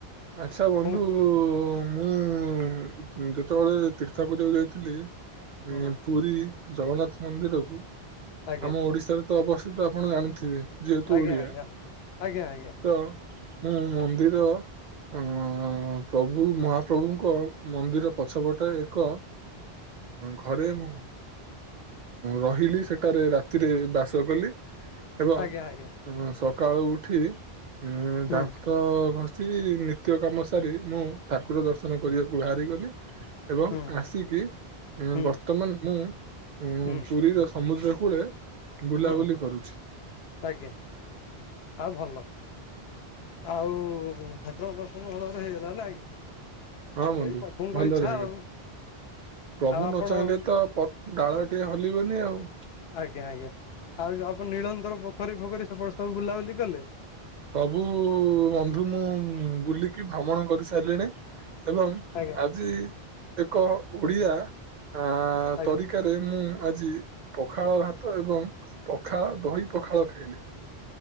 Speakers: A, on the right; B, on the left.
A: ଆଛା ବନ୍ଧୁ
B: କଣ
A: ମୁଁ ଯେତେବେଳେ ତୀର୍ଥ ପୂଜା କୁ ଯାଇଥିଲ ଥିଲି
B: ହୁଁ
A: ପୁରୀ ଜଗନ୍ନାଥ ମନ୍ଦିରକୁ
B: ଆଜ୍ଞା
A: ଆମ ଓଡିଶାରେ ତ ଅବସ୍ଥିତ ଆପଣ ଜାଣୁଥିବେ। ଯେହେତୁ
B: ଆଜ୍ଞା
A: ଓଡ଼ିଆ,
B: ଆଜ୍ଞା ଆଜ୍ଞା ଆଜ୍ଞା
A: ତ ମୁଁ ମନ୍ଦିର ଅ ପ୍ରଭୁ ମହାପ୍ରଭୁଙ୍କ ମନ୍ଦିର ପଛ ପଟେ ଏକ ଘରେ ମୁଁ ରହିଲି। ସେଠାରେ ରାତିରେ ବାସ କଲି। ଏବଂ
B: ଆଜ୍ଞା ଆଜ୍ଞା
A: ସକାଳୁ ଉଠି ଉଁ
B: ହୁଁ
A: ଦାନ୍ତ ଘ ସେଇଠି ନିତ୍ୟ କାମ ସାରି ମୁଁ ଠାକୁର ଦର୍ଶନ କରିବାକୁ ବାହାରିଗଲି। ଏବଂ
B: ହୁଁ
A: ଆସିକି ଏଁ
B: ହୁଁ
A: ବର୍ତ୍ତମାନ ମୁଁ
B: ହୁଁ
A: ପୁରୀର ସମୁଦ୍ର କୂଳେ ବୁଲାବୁଲି
B: ହୁଁ
A: କରୁଛି
B: ଆଜ୍ଞା ଆଉ ଭଲ ଆଉ ଠାକୁର ଦର୍ଶନ ଭଲରେ ହେଇଗଲା ନା କି। ସେଇ
A: ହଁ ବନ୍ଧୁ
B: ପ୍ରଭୁଙ୍କ
A: ଭଲରେ
B: ଇଚ୍ଛା
A: ହେଇଗଲା
B: ଆଉ।
A: ପ୍ରଭୁ
B: ଆଉ
A: ନ
B: ଆପଣ
A: ଚାହିଁଲେ ତ ପତ ଡାଳ ଟିକେ ହଲିବନି ଆଉ।
B: ଆଜ୍ଞା ଆଜ୍ଞା ଆଉ ଯୋଉ ଆପଣ ନୀଳନ୍ତର ପୋଖରୀ ଫୋଖରୀ ସେପଟ ସବୁ ବୁଲାବୁଲି କଲେ?
A: ସବୁ ବନ୍ଧୁ ମୁଁ ବୁଲିକି ଭ୍ରମଣ କରି ସାରିଲିଣି। ଏବଂ
B: ଆଜ୍ଞା
A: ଆଜି ଏକ ଓଡ଼ିଆ ଆଁ
B: ଆଜ୍ଞା।
A: ତରିକାରେ ମୁଁ ଆଜି ପଖାଳ ଭାତ ଏବଂ ପଖାଳ ଦହି ପଖାଳ ଖାଇଲି।